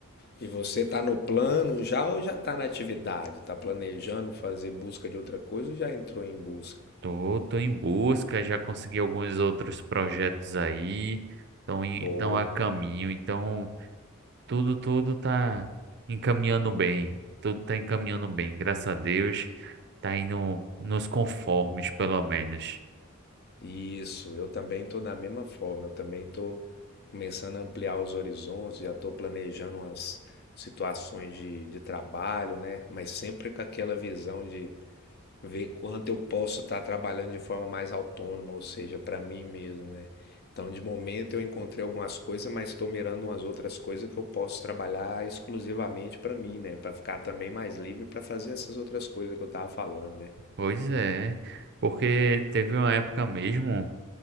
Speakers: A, on the left; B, on the right.
A: E você tá no plano já ou já tá na atividade? Tá planejando fazer busca de outra coisa ou já entrou em busca?
B: Tô, tô em busca, já consegui alguns outros projetos aí, estão estão
A: Boa.
B: a caminho, então tudo, tudo tá encaminhando bem, tudo tá encaminhando bem, graças a Deus, tá indo nos conformes, pelo menos.
A: Isso, eu também estou da mesma forma, eu também estou começando a ampliar os horizontes, já estou planejando umas situações de, de trabalho, né? Mas sempre com aquela visão de ver quanto eu posso estar trabalhando de forma mais autônoma, ou seja, para mim mesmo, né? Então, de momento eu encontrei algumas coisas, mas estou mirando umas outras coisas que eu posso trabalhar exclusivamente para mim, né? Para ficar também mais livre para fazer essas outras coisas que eu estava falando, né?
B: Pois é, porque teve uma época mesmo